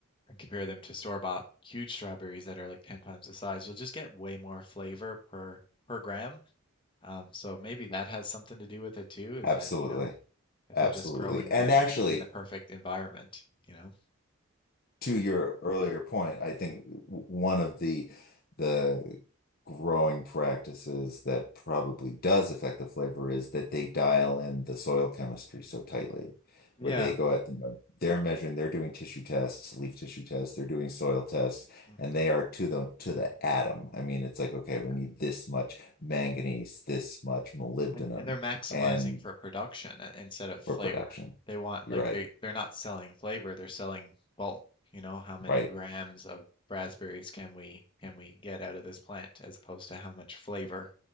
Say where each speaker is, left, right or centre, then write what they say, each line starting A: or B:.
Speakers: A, on the left; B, on the left.
A: and compare them to store-bought huge strawberries that are like 10 times the size, you'll just get way more flavor per per gram. Um, so maybe that has something to do with it too, is
B: absolutely,
A: that, you know, that
B: absolutely.
A: they're just growing
B: And
A: them
B: actually,
A: in the perfect environment, you know?
B: to your earlier point, I think one of the the growing practices that probably does affect the flavor is that they dial in the soil chemistry so tightly,
A: Yeah.
B: where they go at, you know, they're measuring, they're doing tissue tests, leaf tissue tests, they're doing soil tests,
A: hmm
B: and they are to the to the atom. I mean, it's like, okay, we
A: Yeah.
B: need this much manganese, this much molybdenum,
A: And and they're maximizing
B: and
A: for production i- instead of flavor.
B: for production.
A: They want
B: You're
A: like
B: right.
A: they they're not selling flavor, they're selling bulk, you know, how many
B: Right.
A: grams of raspberries can we can we get out of this plant as opposed to how much flavor